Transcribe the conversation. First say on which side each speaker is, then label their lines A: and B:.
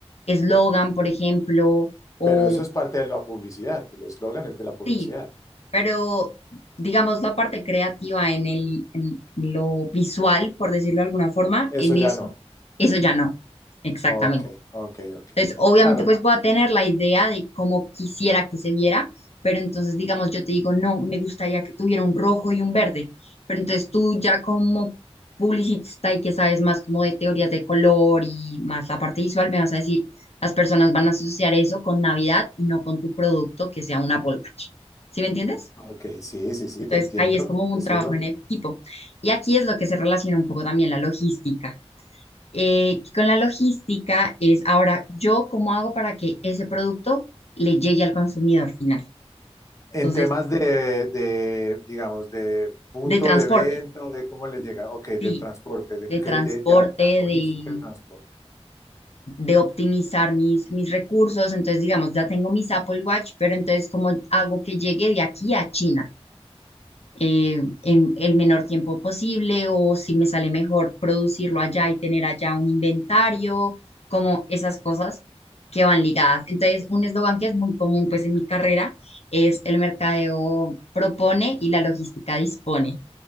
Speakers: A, on the left; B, on the left.
A: eslogan, por ejemplo, o
B: pero eso es parte de la publicidad, el eslogan es de la publicidad.
A: sí, pero digamos la parte creativa en el, en lo visual, por decirlo de alguna forma,
B: Eso
A: en
B: ya
A: eso,
B: no.
A: eso ya no, exactamente.
B: Ok, ok, ok.
A: Entonces, obviamente,
B: Claro,
A: pues voy a tener la idea de cómo quisiera que se viera, pero entonces, digamos, yo te digo, no, me gustaría que tuviera un rojo y un verde, pero entonces tú ya como publicista y que sabes más como de teorías de color y más la parte visual, me vas a decir, las personas van a asociar eso con Navidad y no con tu producto que sea un Apple Watch. ¿Sí me entiendes?
B: ok, sí, sí, sí,
A: Entonces,
B: te entiendo,
A: ahí es como
B: te
A: un
B: sigo.
A: trabajo en equipo. Y aquí es lo que se relaciona un poco también la logística eh, con la logística es ahora yo cómo hago para que ese producto le llegue al consumidor final.
B: En
A: Entonces,
B: temas de, de, digamos, de punto
A: de transporte,
B: de venta, de cómo les llega, ok, de
A: sí,
B: transporte, de
A: de
B: qué,
A: transporte,
B: de ya,
A: de,
B: logística de transporte.
A: de optimizar mis, mis recursos. Entonces, digamos, ya tengo mis Apple Watch, pero entonces, ¿cómo hago que llegue de aquí a China? eh, en el menor tiempo posible o si me sale mejor producirlo allá y tener allá un inventario, como esas cosas que van ligadas. Entonces, un eslogan que es muy común pues en mi carrera es el mercadeo propone y la logística dispone.